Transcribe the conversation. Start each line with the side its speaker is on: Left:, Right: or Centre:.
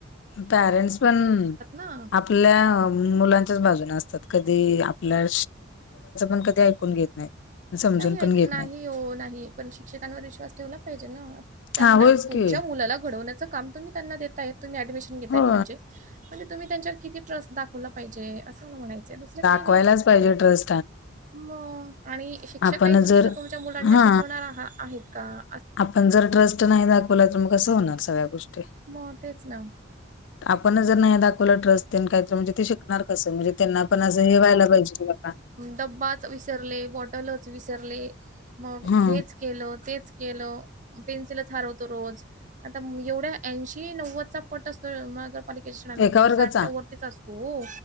Left: पॅरेंटस पण..
Right: ना.
Left: आप लय, मुलांच्याच बाजून असतात कधी आपल्या कधी ऐकून घेत नाहीत? समजून
Right: नाही ऐक
Left: पण घेत
Right: नाही
Left: नाहीत
Right: हो नाही पण शिक्षकांवर विश्वास ठेवला पाहिजे ना. त्यांना
Left: हा होयच
Right: तुमच्या
Left: की
Right: मुलाला घडवण्याचं काम तुम्हीं, <unintelligible>
Left: हो
Right: दाखवलं पाहिजे, असं म्हणून म्हणायचंय दुसरे काय नहीं,
Left: दावायलाच पाजे ट्रस <unintelligible>
Right: मग, आणि शिक्षक
Left: आपण
Right: काही चुकीचं
Left: जर
Right: तुमच्या मुलांना
Left: हा
Right: शिकवणार. का,
Left: आपण जर ट्रस्ट नाही दाखवला तर मग कसं होणार सगळ्या गोष्टी,
Right: मग तेच ना.
Left: आपणच जर नाही दाखवलं ट्रेस ते काय तर काय ते शिकणार कसं म्हणजे त्यांना पण असं हेवायला पाहिजे. ब
Right: डब्बाात विसरले, बॉटलच विसरले, मग
Left: हं
Right: हेच केलं तेच केलं पेन्सिल हरवतो रोज, आता एवढ्या ऐंशी नव्वदचा पट असतो, मगरपालिक क्षणमध्ये
Left: एका वर्गाचा
Right: साठच्या वरतीचा असतो. हो..